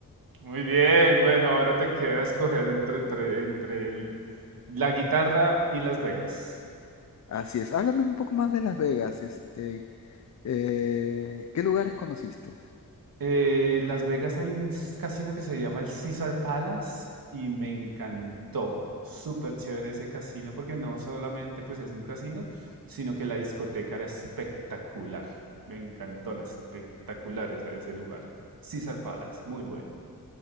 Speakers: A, on the right; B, on the left.
A: Muy bien, bueno, ahora te queda escoger entre, tre- entre el- la guitarra y Las Vegas.
B: Así es. Háblame un poco más de Las Vegas, este, eh, ¿qué lugares conociste?
A: Eh, Las Vegas hay un s- casino que se llama el Caesar Palace y me encantó. Súper chévere ese casino porque no solamente pues es un casino, sino que la discoteca era espectacular. Me encantó la espectacular esa- ese lugar. Caesar Palace, muy bueno.